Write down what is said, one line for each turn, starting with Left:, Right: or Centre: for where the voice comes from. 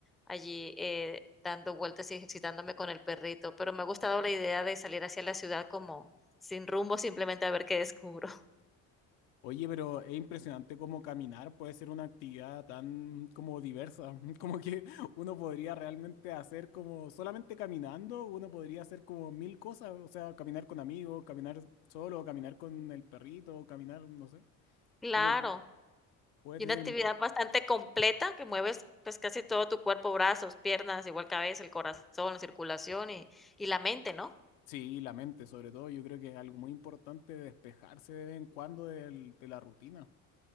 Centre: allí eh, dando vueltas y ejercitándome con el perrito, pero me ha gustado la idea de salir hacia la ciudad como sin rumbo, simplemente a ver qué descubro.
Left: Oye, pero es impresionante cómo caminar puede ser una actividad tan como diversa, <laughs> como que uno podría realmente hacer como solamente caminando, uno podría hacer como mil cosas, o sea, caminar con amigos, caminar solo, caminar con el perrito, caminar, no sé,
Centre: <laughs> Claro.
Left: como que puede
Centre: Y
Left: tener,
Centre: una actividad bastante completa que mueves, pues, casi todo tu cuerpo, brazos, piernas, igual cabeza, el corazón, la circulación y y la mente, ¿no?
Left: sí, la mente sobre todo, yo creo que es algo muy importante despejarse de vez en cuando del- de la rutina.